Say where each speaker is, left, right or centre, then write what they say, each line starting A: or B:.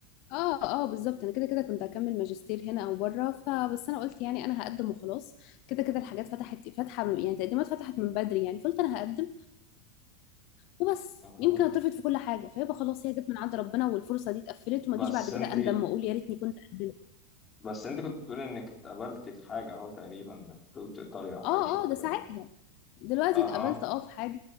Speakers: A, on the left; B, on the left.
A: اه اه بالظبط انا كده كده كنت هكمل ماجستير هنا او بره فبس انا قلت يعني انا هقدم وخلاص كده كده الحاجات فتحت فاتحه يعني التقديمات فتحت من بدري يعني فقلت انا هقدم وبس
B: أها.
A: يمكن اترفض في كل حاجه فيبقى خلاص هي جت من عند ربنا والفرصه دي اتقفلت وما
B: بس
A: اجيش بعد كده
B: انت
A: اندم واقول يا ريتني كنت قدمت
B: بس انت كنت بتقولي انك اتقبلتي في حاجه اهو تقريبا قلت ايطاليا او حاجه
A: اه
B: شبه
A: اه ده
B: كده
A: ساعتها دلوقتي
B: اها
A: اتقابلت اه في حاجة